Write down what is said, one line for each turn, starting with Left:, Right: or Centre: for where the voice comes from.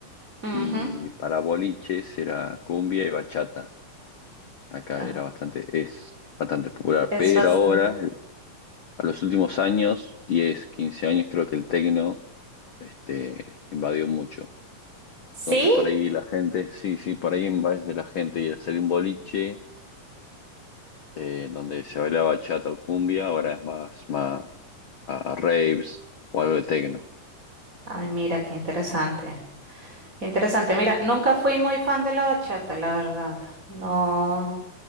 Right: Ujú,
Left: y para boliches era cumbia y bachata. Acá
Right: ah,
Left: era bastante, es bastante popular,
Right: es
Left: pero
Right: bastante.
Left: ahora, eh, a los últimos años, 10, 15 años, creo que el tecno este, invadió mucho.
Right: ¿Sí?
Left: Entonces, por ahí la gente, sí, sí, por ahí en vez de la gente y el salir un boliche, eh, donde se bailaba bachata o cumbia, ahora es más, más a raves o algo de tecno.
Right: Ay, mira, qué interesante. Qué interesante. Mira, nunca fui muy fan de la bachata, la verdad. No,